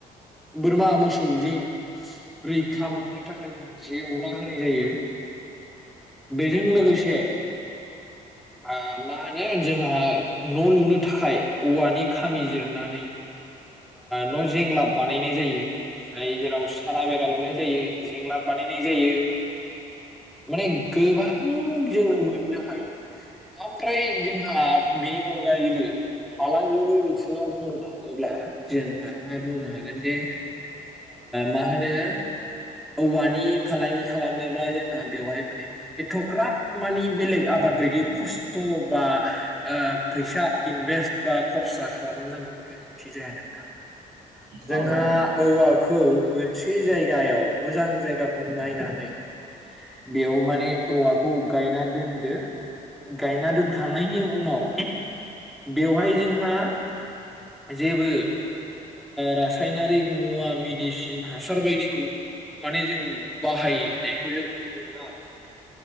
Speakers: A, in the centre; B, on the right (about 75°).
A: बोरमा मोसौजों रैखा मोननो थाखाय जों जेवरा होनाय जायो। बेजों लोगोसे ओ मा होनो जोंहा न' लुनो थाखाय औवानि खामि जिरनानै न' जेंलाब बानायनाय जायो। जाय जेराव सारा बेरा लुनाय जायो जिंलाब बानायनाय जायो। माने गोबां जोङो मोननो हायो। ओमफ्राय जोंहा बेनि अनगायैबो फालांगिनि बिथिङाव बुंनो थाङोब्ला जोंहा मा बुंनो हागोन जे मा होनो औवानि फालांगि खालामनोब्ला जोंहा बेवहाय माने। एथ'ग्राब माने बेलेग आबाद बायदि खस्थ' बा ओ फैसा इनभेस्ट बा खरसा खालामनांगौनि गोनांथि जाया नोंथां।
B: औ
A: जोंहा
B: नंगौ नोंथां
A: औवाखौ
B: औ
A: मोनसे जायगायाव मोजां जायगाखौ नायनानै। बेयाव माने औवाखौ गायना दोनदो। गायना दोनखांनायनि उनाव बेवहाय जोंहा जेबो रासायनारिक मुवा मेडिसिन हासार बायदिखौ माने जों बाहायनायखौ जों नुनो मोनो आरो ना।